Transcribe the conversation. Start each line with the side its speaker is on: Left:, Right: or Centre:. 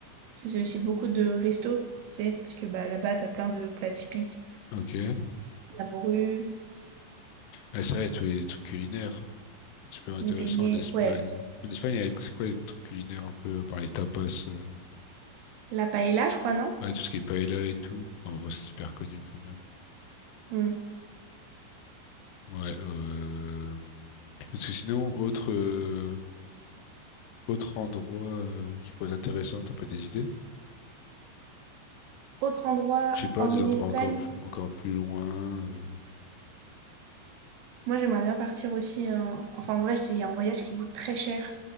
Right: je faisais aussi beaucoup de restos, tu sais? Parce que, bah, là-bas, t'as plein de plats typiques,
Left: ok.
Right: la morue
Left: Ah, c'est vrai, tous les trucs culinaires. Super intéressant
Right: Les beignets,
Left: en Espagne.
Right: ouais.
Left: En Espagne, il y a- c'est quoi les trucs culinaires un peu, par les tapas? euh
Right: La paella, je crois, non?
Left: Ouais, tout ce qui est paella et tout. Enfin, bon, c'est super connu quand même.
Right: Hmm.
Left: Ouais, euh... Parce que sinon, autre, euh, autre endroit euh, qui pourrait être intéressant, t'as pas des idées?
Right: Autre endroit,
Left: Je sais pas,
Right: hormis
Left: des endroits
Right: l'Espagne,
Left: encore, plus- encore plus loin. euh,
Right: moi j'aimerais bien partir aussi. en- Enfin, en vrai, c'est un voyage qui coûte très cher.